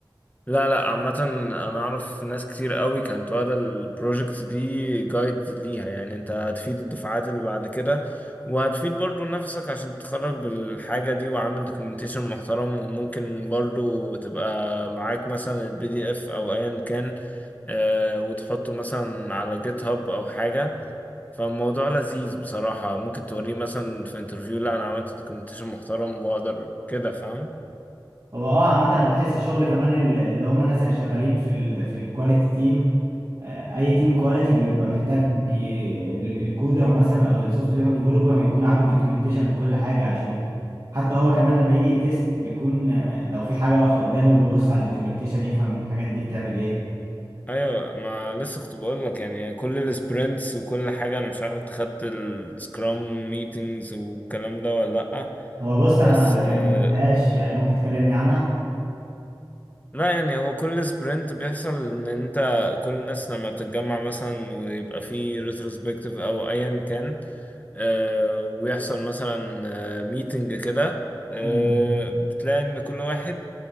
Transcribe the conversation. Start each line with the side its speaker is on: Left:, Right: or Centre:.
Left: لا لا عامة أنا أعرف ناس كتير قوي كانت واخدة البروجكت دي جايد ليها يعني أنت هتفيد الدفعات اللي بعد كده وهتفيد برضو نفسك عشان تتخرج بالحاجة دي وعامل دوكيومنتيشن محترم وممكن برضو تبقى معاك مثلا البي دي اف أو أيا كان آه وتحطه مثلا على جيت هاب أو حاجة فالموضوع لذيذ بصراحة ممكن توريه مثلا في انترفيو لا أنا عملت دوكيومنتيشن محترم وأقدر كده فاهم
Right: هو اه عامة انا بحس الشغل كمان ال- اللي هم الناس اللي شغالين في ال في الكواليتي تيم آه، اي تيم كواليتي بيبقى محتاج ي- ال- الكودر مثلا او السوفت وير ديفلوبر يكون عامل دوكيومنتيشن لكل حاجة عشان حتى هو كمان لما يجي يتست بيكون آه، لو في حاجة واقفة قدامه بيبص على الدوكيومنتيشن يفهم الحاجات دي بتعمل ايه
Left: ايوه ما لسه كنت بقول لك يعني كل السبرنتس وكل حاجه انا مش عارف انت خدت السكرام ميتينجز والكلام ده ولا لا
Right: هو بص
Left: بس
Right: انا
Left: آه،
Right: يعني ما خدتهاش يعني ممكن تكلمني عنها
Left: لا يعني هو كل سبرنت بيحصل ان انت كل الناس لما بتتجمع مثلا ويبقى في ريتروسبكتيف او ايا كان آه، ويحصل مثلا ميتنج كده آه،
Right: مم.
Left: بتلاقي ان كل واحد